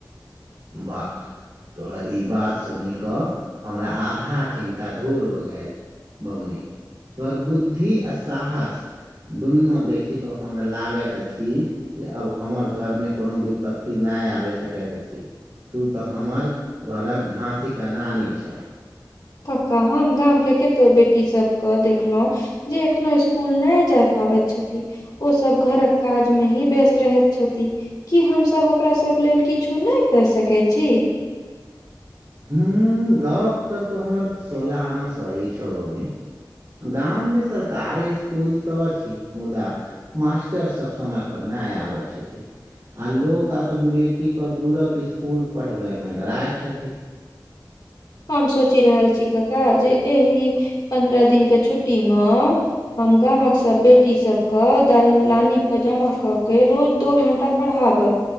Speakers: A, on the right; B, on the left.
A: वाह तोहर ई बात सुनि कऽ हमरा आधा चिन्ता दूर होए गेल बबुनी तोहर बुद्धि आ साहस दुनू देखि कऽ हमरा लागैत अछि जे अब हमर घरमे कोनो विपत्ति नहि आबि सकैत अछि तू तऽ हमर घरक झाँसीके रानी छह
B: कक्का हम गाम के कतो बेटी सबके देखलहुँ जे एखनो इसकुल नहि जाय पाबै छथि ओ सब घरक काज मे ही व्यस्त रहैत छथि की हमसभ ओकरासभ लेल किछु नहि केर सकैत छी
A: हू गप तऽ तोहर सोला आना सही छौ बबुनी गाममे सरकारी स्कूल तऽ अछि मुदा मास्टरसभ समयपर नहि आबै छथिन आ लोक अपन बेटीे कऽ दूरक स्कुल पढ़बै मे डराय छथिन
B: हम सोचि रहल छी काका जे एहि पन्द्रह दिन के छुट्टी मे हम गामक सभ बेटी सभके दाल लानीपर जमा कऽ के रोज दो घण्टा पढ़ाबब